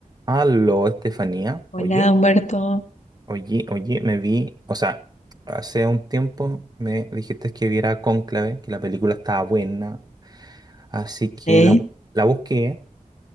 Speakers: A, on the right (about 30°); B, on the left (about 55°).
A: Aló, Estefanía.
B: Hola,
A: Oye,
B: Humberto.
A: oye, oye, me vi, o sea, hace un tiempo me dijiste que viera Cónclave, que la película estaba buena, así que
B: Sí.
A: la, bu- la busqué,